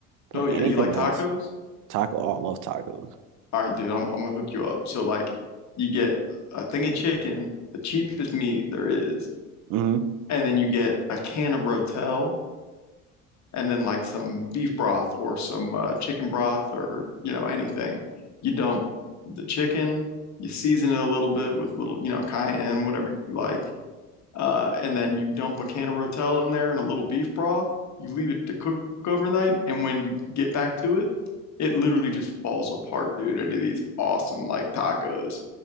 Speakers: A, on the left; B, on the right.
A: Oh
B: Like
A: yeah.
B: anything
A: You like tacos?
B: else, taco, oh, I love tacos.
A: All right, dude, I'm, I'm gonna hook you up. So like you get a thing of chicken, the cheapest meat there is,
B: hmm
A: and then you get a can of Rotel and then like some beef broth or some uh, chicken broth or you know anything. You dump the chicken, you season it a little bit with little, you know, cayenne, whatever you like uh, and then you dump a can of Rotel in there and a little beef broth. You leave it to cook overnight, and when you get back to it, it literally just falls apart, dude, into these awesome like tacos.